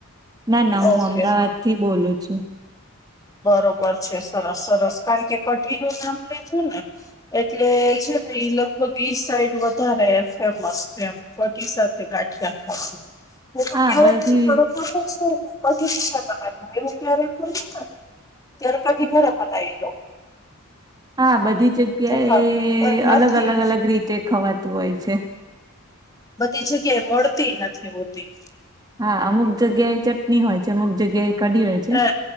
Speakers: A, on the right; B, on the left.
A: ના ના હું
B: ઓકે
A: અમદાવાદ
B: હા
A: થી બોલું છું.
B: બરોબર છે સરસ સરસ કારણ કે કટીી નું નામ લીધું ને. એટલે છે ને ઈ લગભગ ઈ સાઈડ વધારે ફેમસ છે એમ. કોટી સાથે ગાંઠિયા ખ. હું <inaudible> તો
A: હા
B: કેરેટ
A: બધી
B: છું પરખા પણ છું કે ક પ બનાવ એવું કેરેટ પર. ત્યાર પાછી ભરા મ એ લો.
A: હા બધી જગ્યા
B: ખા
A: એ
B: અ નથી
A: અલગ અલગ અલગ રીતે ખવાતું હોય છે.
B: બધી જગ્યા મળતી નથી હોતી.
A: હા અમુક જગ્યા એ ચટણી હોય છે અમુક જગ્યા એ કઢી હોય છે
B: અ